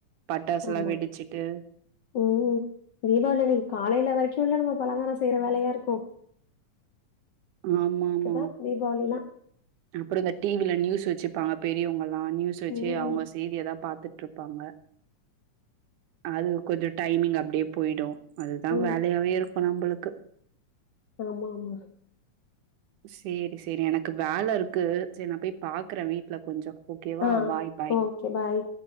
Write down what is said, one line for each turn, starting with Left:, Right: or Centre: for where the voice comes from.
Right: பட்டாசுலாம்
Left: ஆமா
Right: வெடிச்சுட்டு
Left: ம் தீபாவளி அன்னைக்கு காலையில வரைக்கி சொல்லனுமா பலகார செய்யற வேலையா இருக்கோ
Right: ஆமா ஆமா
Left: தான் தீபாவளிலாம்.
Right: அப்பற இந்த டி வில நியூஸ் வச்சுப்பாங்க பெரியவங்கல்லாம் நியூஸ் வச்சு
Left: ம்.
Right: அவங்க ஸ் செய்தியதா பாத்துட்டு இருப்பாங்க அது கொஞ்சம் டைமிங் அப்டியே போய்டு அதுதா
Left: ம்.
Right: வேலயாவே இருக்கும் நம்மளுக்கு
Left: ஆமா ஆமா
Right: சேரி சேரி எனக்கு வேல இருக்கு சரி நா போய் பாக்குறே வீட்ல கொஞ்சம் ஓகேவா?
Left: ஆ
Right: Bye, bye.
Left: ஓகே பாய்